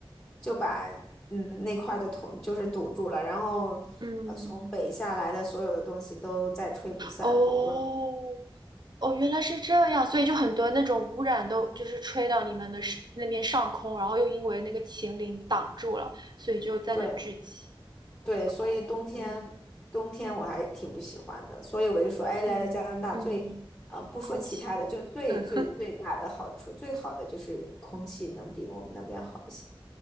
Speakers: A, on the left; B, on the right.
A: 就把嗯那块的土就是堵住了，然后呃从北下来的所有的东西都在吹不散，
B: 嗯，哦
A: 反正
B: 哦，原来是这样，所以就很多那种污染都就是吹到你们的是那边上空，然后又因为那个秦岭挡住了，所以就在那聚集。
A: 对。对，所以冬天冬天我还挺不喜欢的，
B: 哦，嗯
A: 所以我就说，哎，来到加拿大最，
B: 嗯嗯，
A: 嗯、不说其他的，
B: 空气，
A: 就最最最大的好处，
B: 嗯。
A: 最好的就是空气能比我们那边好一些。